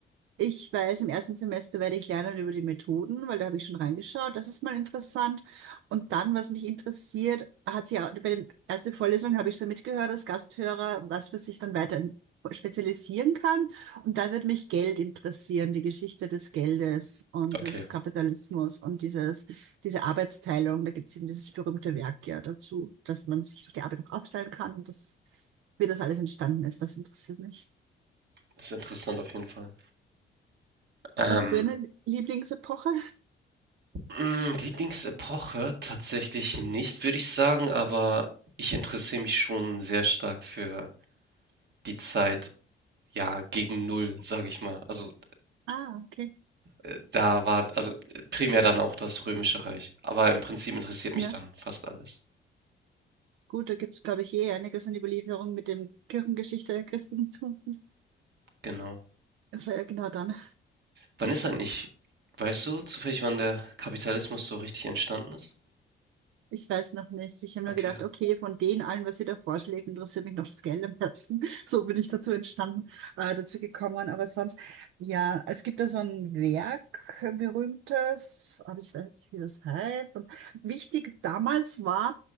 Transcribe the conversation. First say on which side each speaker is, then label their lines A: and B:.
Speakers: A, on the right; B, on the right.
A: Ich weiß, im ersten Semester werde ich lernen über die Methoden, weil da habe ich schon reingeschaut. Das ist mal interessant. Und dann, was mich interessiert, hat sich auch, bei der ersten Vorlesung habe ich so mitgehört als Gasthörer, was man sich dann weiter spezialisieren kann. Und da wird mich Geld interessieren, die Geschichte des Geldes und
B: Okay,
A: des Kapitalismus und dieses, diese Arbeitsteilung. Da gibt es eben dieses berühmte Werk ja dazu, dass man sich durch die Arbeit auch aufteilen kann und das, wie das alles entstanden ist. Das interessiert mich.
B: ist interessant auf jeden Fall. Ähm,
A: Hast du eine Lieblingsepoche?
B: mh, Lieblingsepoche tatsächlich nicht, würde ich sagen, aber ich interessiere mich schon sehr stark für die Zeit, ja, gegen Null, sage ich mal. Also
A: Ah, okay.
B: äh, da war, also äh, primär dann auch das Römische Reich. Aber im Prinzip interessiert
A: Ja,
B: mich dann fast alles.
A: gut, da gibt es, glaube ich, eh einiges an Überlieferung mit dem Kirchengeschichte, Christentum.
B: Genau.
A: Das war ja genau dann.
B: Wann ist eigentlich weißt du zufällig, wann der Kapitalismus so richtig entstanden ist?
A: Ich weiß noch nicht. Ich habe nur
B: Okay,
A: gedacht, okay, von denen allen, was ihr da vorschlägt, interessiert mich noch das Geld am Herzen. <laughs> So bin ich dazu entstanden, äh, dazu gekommen. Aber sonst, ja, es gibt da so ein Werk, ein berühmtes, aber ich weiß nicht, wie das heißt. Und wichtig damals war,